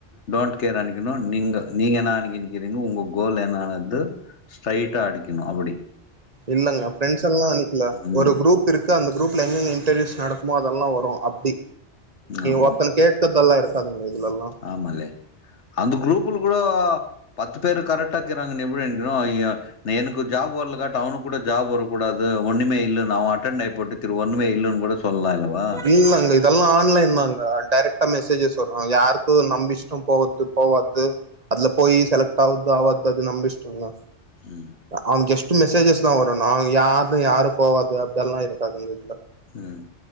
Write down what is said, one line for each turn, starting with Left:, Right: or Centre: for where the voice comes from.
Left: டோன்ட் கேர் அனுக்கணும் நீங்க நீங்க என்ன அனு நக்கிறீங்க உங்க கோல் என்னனது ஸ்ட்டைடா அடிக்கணு அப்டி
Right: இல்லங்க ப்ரெண்ட்ஸ் எல்லா நிக்கல
Left: ம்
Right: ஒரு குரூப் இருக் க்கு அந்த குரூப்ல எங்கங்க இன்டர்வியூஸ் நடக்குமோ அதெல்லா வரும் அப்டி
Left: ஆம்
Right: ஒருத்தனுக் கேட்டதெல்லா இருக்காதுங்க இதுல எல்லா
Left: ஆமாலே அந்த குரூப் கூடோ பத்து பேரு கரெக்டா கீறாங்கு நீ விழுந்தோ ஐயோ எனக்கு ஜாப் வரலக்காட்டு அவுனுக்கு கூட ஜாப் வர கூடாது ஒண்ணுமே இல்ல நா அட்டென்டாயி போட்டு தரு ஒண்ணுமே இல்லன்னு கூட சொல்லலா இல்லவா
Right: இல்லங்க இதெல்லா ஆன்லைன்ல தாங்க டைரெக்டா மெசேஜஸ் வரு யாருக்கு நம் இஷ்பிட்டோ போவத்துக் போவாத்து அதுல போயி செலக்ட் ஆவுத்து அவாத்து அது நம்ம இஷ்டம்தா
Left: ம்
Right: அவனுக்கு ஜெஸ்ட் மெசேஜஸ்தா வரு நாங்க யாருத்து யாரு போவாத்து அப்டி எல்லா இருக்காதுங்க இதுல
Left: ம்